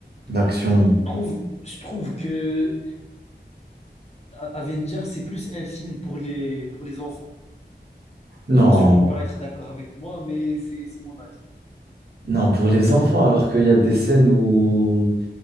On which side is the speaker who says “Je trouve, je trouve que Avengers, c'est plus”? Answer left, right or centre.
Left